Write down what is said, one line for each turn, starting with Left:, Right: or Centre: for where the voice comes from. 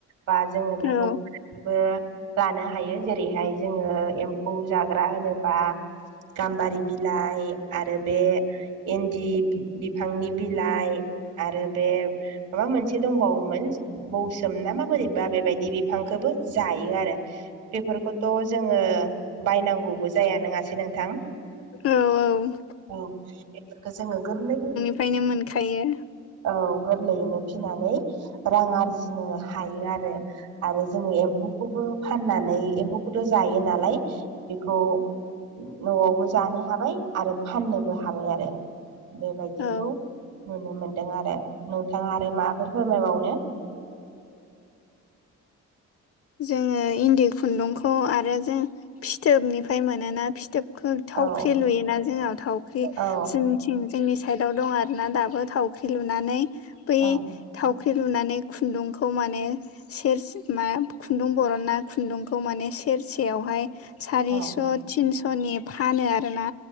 Right: बा जोङो बेखौ
Left: औ
Right: फोराननोबो लानो हायो जेरैहाय जोङो एम्फौ जाग्रा होनोबा गाम्बारि बिलाइ आरो बे इन्दि बिफांनि बिलाइ आरो बे माबा मोनसे दंबावोमोन बौसोम ना माबोरैबा बेबायदि बिफांखौबो जायो आरो। बेफोरखौथ' जोङो बायनांगौबो जाया नङासै नोंथां।
Left: औ
Right: औ बेफोरखो जोङो गोरलै।
Left: बेफायनो मोनखायो।
Right: औ गोरलैयैनो फिनानै रां आरजिनो हायो आरो। आरो जोङो एम्फौखौबो फाननानै एम्फौखौथ' जायो नालाय बेखौ। न'आवबो जानो हाबाय आरो फाननोबो हाबाय आरो। बेबायदिखौ
Left: औ
Right: नुनो मोनदों आरो नोंथाङा आरो माफोर फोरमायबावनो?
Left: जोङो इन्दि खुन्दुंखौ आरो जों फिथोबनिफ्राय मोनोना फिथोबखौ थावख्रि
Right: औ
Left: लुयोना जोंनाव थावख्रि
Right: औ
Left: जों। थिं जोंनि साइदाव दं आरोना दाबो थावख्रि लुनानै बै
Right: औ
Left: थावख्रि। रुनानै खुन्दुंखौ माने सेरस मा। खुन्दुं बरनना खुन्दुंखौ माने सेरसेयावहाय सारिस'
Right: औ
Left: थिनस'। सनि फानो आर ना